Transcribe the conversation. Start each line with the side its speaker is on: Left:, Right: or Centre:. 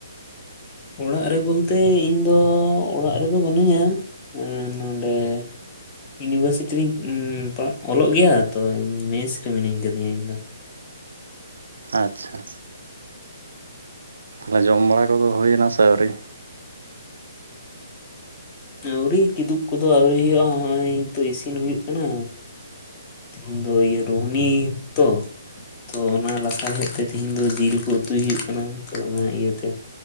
Left: ᱚᱲᱟᱜ ᱨᱮ ᱵᱚᱞᱛᱮ ᱤᱧ ᱫᱚ ᱚᱲᱟᱜ ᱨᱮᱫᱚ ᱵᱟᱹᱱᱩᱧᱟ ᱱᱚᱸᱰᱮ ᱤᱭᱩᱱᱤᱵᱷᱟᱨᱥᱤᱴᱤ ᱨᱮᱧ ᱯᱟ ᱚᱞᱚᱜ ᱜᱮᱭᱟ ᱛᱚ ᱤᱧ ᱢᱮᱥ ᱨᱮ ᱢᱤᱱᱟᱹᱧ ᱟᱠᱟᱫᱤᱧᱟ ᱤᱧ ᱫᱚ
Right: ᱟᱪᱪᱷᱟ ᱛᱟᱦᱚᱞᱮ ᱡᱚᱢ ᱵᱟᱲᱟ ᱠᱚᱫᱚ ᱦᱩᱭᱮᱱᱟ ᱥᱮ ᱟᱹᱣᱨᱤ
Left: ᱟᱹᱣᱨᱤ ᱠᱤᱫᱩᱵ ᱠᱚᱫᱚ ᱟᱹᱣᱨᱤ ᱦᱩᱭᱩᱜᱼᱟ ᱱᱚᱜᱼᱚᱭ ᱛᱚ ᱤᱥᱤᱱ ᱦᱩᱭᱩᱜ ᱠᱟᱱᱟ᱾ ᱛᱤᱦᱤᱧ ᱫᱚ ᱤᱭᱟᱹ ᱨᱳᱦᱱᱤ ᱛᱚ ᱛᱚ ᱚᱱᱟ ᱞᱟᱥᱟᱲᱦᱮᱫ ᱛᱮ ᱛᱮᱦᱤᱧ ᱫᱚ ᱡᱤᱞ ᱠᱚ ᱩᱛᱩᱭ ᱦᱩᱭᱩᱜ ᱠᱟᱱᱟ ᱛᱚ ᱚᱱᱟ ᱤᱭᱟᱹᱛᱮ